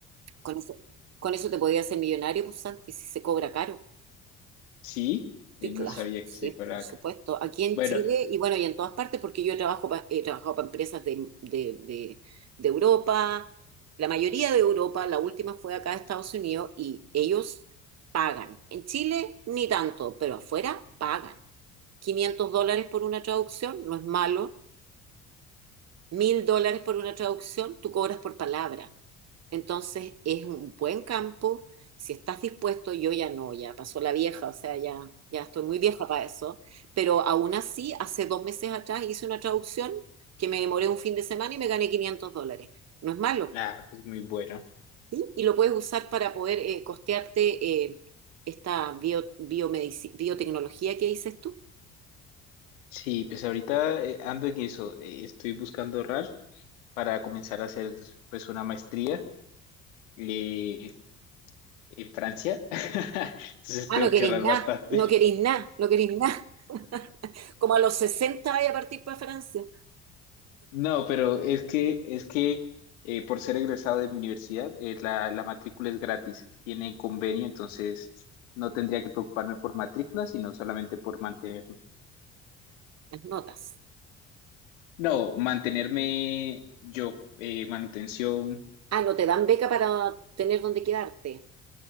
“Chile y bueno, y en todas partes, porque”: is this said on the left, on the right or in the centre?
Right